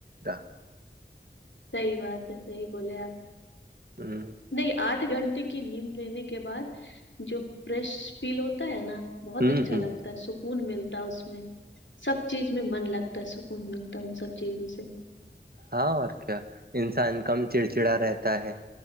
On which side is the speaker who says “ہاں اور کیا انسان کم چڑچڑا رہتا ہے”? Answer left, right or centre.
Right